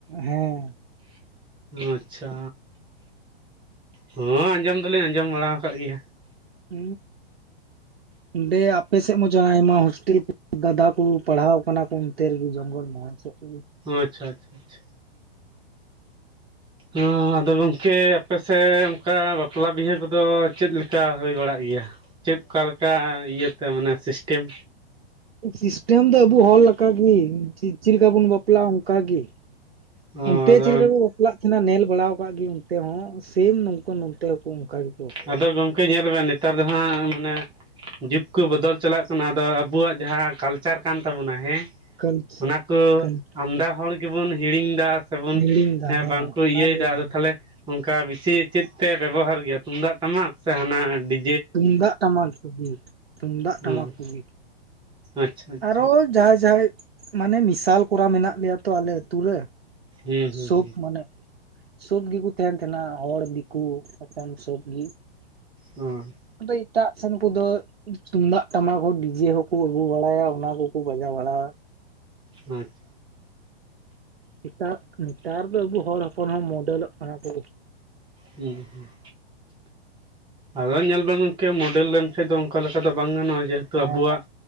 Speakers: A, on the right; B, on the right.
A: ᱦᱮᱸ
B: ᱟᱪᱪᱷᱟ ᱦᱚᱸ ᱟᱸᱡᱚᱢ ᱫᱚᱞᱤᱧ ᱟᱸᱡᱚᱢ ᱵᱟᱲᱟ ᱟᱠᱟᱫ ᱜᱮᱭᱟ᱾
A: ᱦ ᱚᱸᱰᱮ ᱟᱯᱮ ᱥᱮᱫ ᱢᱟ ᱡᱟ ᱟᱭᱢᱟ ᱦᱳᱥᱴᱮᱞ ᱠᱚ ᱫᱟᱫᱟ ᱠᱩ ᱯᱟᱲᱦᱟᱣ ᱠᱟᱱᱟ ᱠᱚ ᱚᱱᱛᱮ ᱨᱮᱜᱮ ᱡᱚᱝᱜᱚᱞ ᱢᱚᱦᱚᱞ ᱥᱮᱫ ᱨᱮᱜᱤ
B: ᱟᱪᱷᱟ ᱟᱪᱪᱷᱟ ᱟᱪᱷᱟ ᱚᱸ ᱟᱫᱚ ᱜᱚᱝᱠᱮ ᱟᱯᱮᱥᱮᱫ ᱚᱱᱠᱟ ᱵᱟᱯᱞᱟ ᱵᱤᱦᱟᱹ ᱠᱚᱫᱚ ᱪᱮᱫ ᱞᱮᱠᱟ ᱦᱩᱭ ᱵᱟᱲᱟᱜ ᱜᱮᱭᱟ? ᱪᱮᱫᱠᱟ ᱞᱮᱠᱟ ᱤᱭᱟᱹᱛᱮ ᱢᱟᱱᱮ ᱥᱤᱥᱴᱮᱢ?
A: ᱥᱤᱥᱴᱮᱢ ᱫᱚ ᱟᱵᱚ ᱦᱚᱲ ᱞᱮ ᱞᱮᱠᱟᱟᱜᱤ ᱪᱮᱫ ᱞᱮᱠᱟ ᱵᱩᱱ ᱵᱟᱯ ᱵᱟᱯᱞᱟ ᱚᱱᱠᱟᱜ ᱜᱮ
B: ᱚ
A: ᱚᱱᱛᱮ
B: ᱟᱫᱚ
A: ᱪᱮᱫ ᱞᱮᱠᱟ ᱠᱚ ᱵᱟᱯᱞᱟᱜ ᱛᱟᱦᱮᱱᱟ ᱱᱮᱞ ᱵᱟᱲᱟ ᱠᱟᱫ ᱜᱮ ᱚᱱᱛᱮ ᱦᱚᱸ ᱥᱮᱢ ᱱᱚᱝᱠᱟ ᱱᱚᱱᱛᱮ ᱦᱚᱸᱠᱩ ᱚᱱᱠᱟ ᱜᱮᱠᱚ
B: ᱟᱫᱚ ᱜᱚᱝᱠᱮ ᱧᱮᱞ ᱵᱮᱱ ᱱᱮᱛᱟᱨ ᱫᱚ ᱦᱟᱸᱜ ᱢᱟᱱᱮ ᱡᱩᱜᱽ ᱠᱚ ᱵᱚᱫᱚᱞ ᱪᱟᱞᱟᱜ ᱠᱟᱱᱟ ᱟᱫᱚ ᱟᱵᱚᱣᱟᱜ ᱡᱟᱦᱟᱸ ᱠᱟᱞᱪᱟᱨ ᱠᱟᱱ ᱛᱟᱵᱚᱱᱟ ᱦᱮᱸ
A: ᱠᱟᱞᱪ
B: ᱚᱱᱟ ᱠᱚ
A: ᱠᱟᱞᱪ
B: ᱟᱢᱫᱟ ᱦᱚᱲ ᱜᱮᱵᱚᱱ ᱦᱤᱲᱤᱧ ᱮᱫᱟ ᱥᱮᱵᱚᱱ
A: ᱦᱤᱲᱤᱧ ᱫᱟ ᱦᱮᱸ
B: ᱵᱟᱝᱠᱚ
A: ᱚᱱᱟ
B: ᱤᱭᱟᱹᱭᱮᱫᱟ
A: ᱫᱚ
B: ᱟᱫᱚ
A: ᱦᱮᱸ
B: ᱛᱟᱦᱚᱞᱮ ᱚᱱᱠᱟ ᱵᱮᱥᱤ ᱪᱮᱫ ᱯᱮ ᱵᱮᱵᱚᱦᱟᱨ ᱜᱮᱭᱟ ᱛᱩᱢᱫᱟᱜ ᱴᱟᱢᱟᱠ ᱥᱮ ᱦᱟᱱᱟ ᱰᱤ
A: ᱛᱩᱢᱫᱟᱜ ᱴᱟᱢᱟᱠ ᱠᱚᱜᱤ ᱛᱩᱢᱫᱟᱜ
B: ᱦᱩᱸ
A: ᱴᱟᱢᱟᱠ ᱠᱚᱜᱤ
B: ᱟᱪᱪᱷᱟ ᱟᱪᱪᱷᱟ
A: ᱟᱨᱚ ᱡᱟᱦᱟᱸᱭ ᱡᱟᱦᱟᱸᱟᱭ ᱢᱟᱱᱮ ᱢᱮᱤᱥᱟᱞ ᱠᱚᱨ ᱢᱮᱱᱟᱜ ᱞᱮᱭᱟ ᱛᱚ ᱟᱞᱮ ᱟᱛᱚ ᱨᱮ
B: ᱦᱩᱸ ᱦᱩᱸ
A: ᱥᱚᱵ
B: ᱦᱩᱸ
A: ᱢᱟᱱᱮ ᱥᱚᱵ ᱜᱮᱠᱚ ᱛᱟᱦᱮᱱ ᱛᱟᱦᱮᱸᱱᱟ ᱦᱚᱲ ᱫᱤᱠᱩ ᱮᱠᱟᱱ ᱥᱚᱵᱜ ᱜᱮ
B: ᱚ ᱟᱪᱪᱷᱟ
A: ᱟᱫᱚ ᱮᱴᱟᱜ ᱥᱮᱱ ᱠᱚᱫᱚ ᱛᱩᱢᱫᱟᱜ ᱴᱟᱢᱟᱠ ᱦᱚᱸ ᱰᱤᱡᱮ ᱦᱚᱠᱚ ᱟᱹᱜᱩ ᱵᱟᱲᱟᱭᱟ ᱚᱱᱟ ᱠᱚᱠᱚ ᱵᱟᱡᱟᱣ ᱵᱟᱲᱣᱟ
B: ᱟᱪᱪᱷᱟ
A: ᱱᱮᱛᱟᱨ ᱱᱮᱛᱟᱨ ᱫᱚ ᱟᱵᱚ ᱦᱚᱲ ᱦᱚᱯᱚᱱ ᱦᱚᱸ ᱢᱚᱰᱮᱞᱚᱜ ᱠᱟᱱᱟ ᱠᱚ
B: ᱦᱩᱸ ᱦᱩᱸ ᱟᱫᱚ ᱧᱮᱞ ᱵᱟᱝ ᱜᱚᱝᱠᱮ ᱢᱚᱰᱮᱞ ᱞᱮᱱᱠᱟᱱᱡ ᱫᱚ ᱚᱱᱠᱟ ᱞᱮᱠᱟ ᱫᱚ ᱵᱟᱝ ᱜᱟᱱᱚᱜᱼᱟ ᱡᱮᱦᱮᱛᱩ
A: ᱦᱮᱸ
B: ᱟᱵᱚᱣᱟᱜ